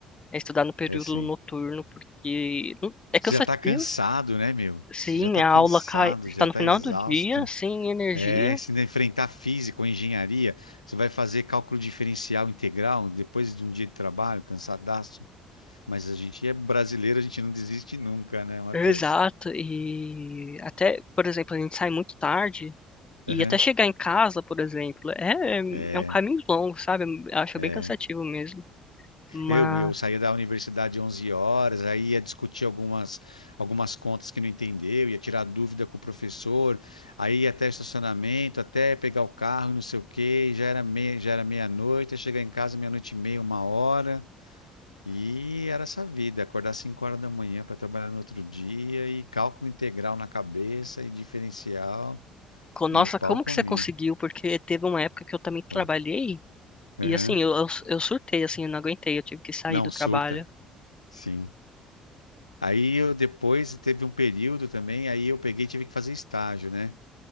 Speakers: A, on the left; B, on the left.
A: é estudar no período
B: É assim.
A: noturno, porque não- é cansativo.
B: Você já tá cansado, né, meu?
A: Sim,
B: Você já tá
A: a
B: cansado,
A: aula cai, está
B: já
A: no
B: tá
A: final
B: exausto.
A: do dia, sem energia.
B: É, se ainda enfrentar física ou engenharia, você vai fazer cálculo diferencial integral depois de um dia de trabalho, cansadaço. Mas a gente é brasileiro, a gente não desiste nunca, né, Matheus?
A: Exato. E até, por exemplo, a gente sai muito tarde. E
B: Aham.
A: até chegar em casa, por exemplo, é,
B: É,
A: é um caminho longo, sabe? Eu acho
B: é.
A: bem cansativo mesmo. Mas,
B: Eu, eu saía da universidade 11 horas, aí ia discutir algumas, algumas contas que não entendeu, ia tirar dúvida com o professor, aí ia até estacionamento, até pegar o carro, e não sei o quê, já era meia, já era meia-noite, ia chegar em casa meia-noite e meia, uma hora, e era essa vida, acordar 5 horas da manhã para trabalhar no outro dia, e cálculo integral na cabeça, e diferencial,
A: co- nossa,
B: e o pau
A: como
B: comia.
A: que você conseguiu? Porque teve uma época que eu também trabalhei
B: Foi. Aham.
A: e, assim, eu, eu, eu surtei, assim, eu não aguentei, eu tive que sair
B: Não,
A: do trabalho.
B: surta, sim. Aí eu depois teve um período também, aí eu peguei e tive que fazer estágio, né?